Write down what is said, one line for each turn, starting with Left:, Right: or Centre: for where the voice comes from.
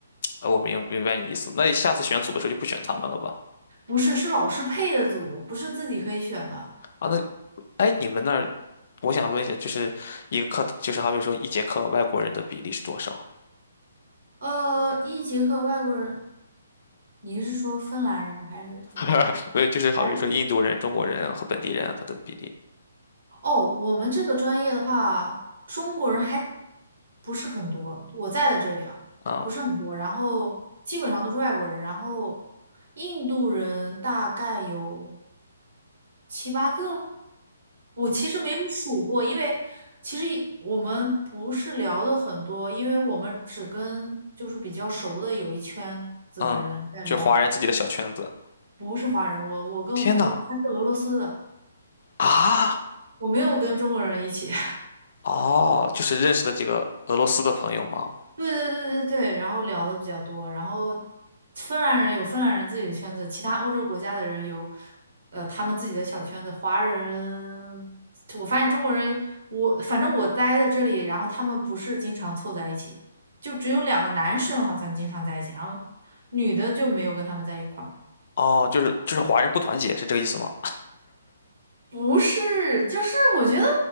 Left: 呃我明明白你意思。那下次选组的时候就不选他们了吧？
Right: 不是是老师配的组，不是自己可以选的。
Left: 啊，那哎，你们那儿，我想问一下，就是一个课，就是好比说一节课外国人的比例是多少？
Right: 呃，一节课外国人，你是说芬兰人还是怎么样？
Left: <laughs> 不是，就是好比说印度人、
Right: 还是
Left: 中国人和本地人啊他的比例
Right: 哦，我们这个专业的话，中国人还不是很多，我在的这里啊，
Left: 啊。
Right: 不是很多，然后基本上都是外国人，然后印度人大概有。七八个。我其实没有数过，因为其实一我们不是聊的很多，因为我们只跟就是比较熟的有一圈子的人在聊，
Left: 嗯，就华人自己的小圈子。
Right: 不是华人。我我跟我朋友他是俄罗斯的，
Left: 我天呐！啊，
Right: 我没有跟中国人一起。
Left: 哦，就是认识的几个俄罗斯的朋友吗？
Right: 对对对对对，然后聊的比较多，然后芬兰人有芬兰人自己的圈子，其他欧洲国家的人有，呃，他们自己的小圈子。华人，我发现中国人，我反正我待在这里，然后他们不是经常凑在一起，就只有两个男生好像经常在一起，然后女的就没有跟他们在一块儿。
Left: 哦，就是就是华人不团结，是这个意思吗？
Right: 不是，就是我觉得，